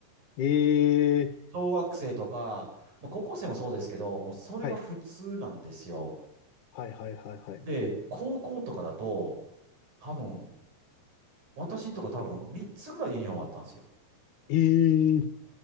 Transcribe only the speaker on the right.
小学生とか、まあ、高校生もそうですけど、もうそれが普通なんですよ。
で、高校とかだと、多分、私のとこ多分3つぐらいユニフォームあったんですよ。